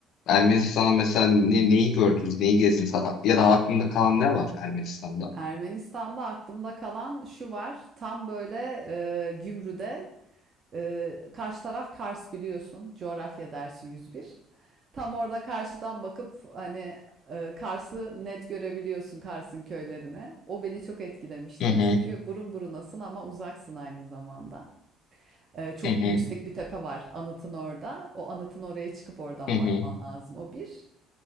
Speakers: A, on the left; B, on the right.
A: Ermenistan'a mesela ne, neyi gördünüz, neyi gezdiniz Ha- ya da aklında kalan ne var Ermenistan'da?
B: Ermenistan'da aklımda kalan şu var. Tam böyle e, Gümrü'de Ee, karşı taraf Kars biliyorsun. Coğrafya dersi 101. Tam orada karşıdan bakıp hani e, Kars'ı net görebiliyorsun Kars'ın köylerine. O beni çok etkilemişti.
A: Hı hı,
B: Çünkü burun burunasın ama uzaksın aynı zamanda. Ee, çok
A: hı hı,
B: yüksek bir tepe var anıtın orada. O anıtın oraya çıkıp oradan
A: hı
B: bakman
A: hı,
B: lazım. O bir.